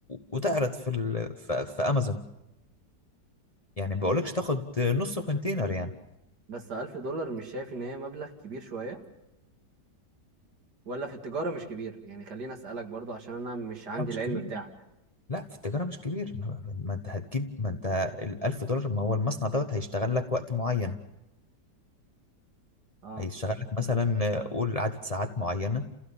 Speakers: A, on the left; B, on the right.
A: وتعرض في ال... في, في امازون يعني ما بقولكش تاخد نص كونتينر يعني
B: بس 1000 دولار مش شايف ان هي مبلغ كبير شوية ولا في التجارة مش كبير يعني خليني اسألك برضو عشان انا مش عندي
A: التجارة مش
B: العلم
A: كبير
B: بتاعك
A: لا في التجارة مش كبير ما, ما ما انت هتجيب ما انت ال 1000 دولار ما هو المصنع دوت هيشتغل لك وقت معين
B: اه
A: هيشتغل لك مثلا آه، قول عدد ساعات معينة